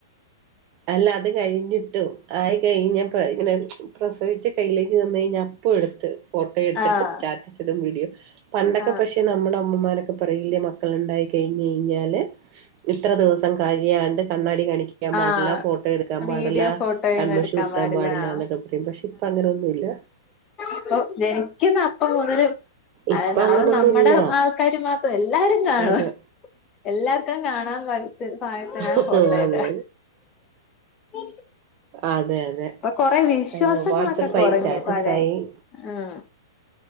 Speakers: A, on the right; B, on the left.
A: അല്ല അത് കഴിഞ്ഞിട്ടു ആയി കഴഞ്ഞപ്പ ഇങ്ങനെ പ്രസവിച്ച കയ്യിലേക്ക് തന്ന് കഴിഞ്ഞാ അപ്പം എടുത്ത് - ഫോട്ടോ എടുത്തിട്ട്
B: ആഹ്
A: സ്റ്റാറ്റസ് ഇടും വീഡിയോ പണ്ടൊക്കെ
B: ആഹ്
A: പക്ഷെ നമ്മുടെ അമ്മമാരോക്കെ പറയില്ലേ മ മക്കൾ ഇണ്ടായി കഴിഞ്കഴിഞ്ഞാല് ഇത്ര ദിവസം കഴിയാണ്ട് കണ്ണാടി കാണിക്കാൻ
B: ആഹ്
A: പാ ല്ല ഫോട്ടോ എടുക്കാൻ പാടില്ല
B: വീഡിയോ ഫോട്ടോയൊന്നും
A: കണ്മഷി
B: എടുക്കാൻ
A: കുത്താൻ പാടില്ല
B: ആഹ്
A: എന്നൊക്കെ പറയും പക്ഷെ ഇപ്പ അങ്ങനെ ഒന്നുയില്ല
B: ഇപ്പൊ ജനിക്കുന്ന അപ്പ മൊതല് -
A: ഇപ്പൊ
B: അ
A: അങ്ങനൊന്നുമില്ല
B: അത് നമ്മുടെ ആൾക്കാര് മാത്രം അല്ല എല്ലാരും കാണും.
A: അതെ
B: എല്ലാർക്കും കാണാൻ പാത്ത് പാകത്തിനാ
A: അതെ
B: ഫോട്ടോ
A: അതെ
B: ഇടുക ഉ <unintelligible>
A: അതെ അതെ
B: ഇപ്പൊ കൊറെ വിശ്വാസങ്ങളൊക്കെ
A: അയ്യോ വാട്സപ്പായി
B: കൊറഞ്
A: സ്റ്റാറ്റസായി
B: പഴെ ആഹ്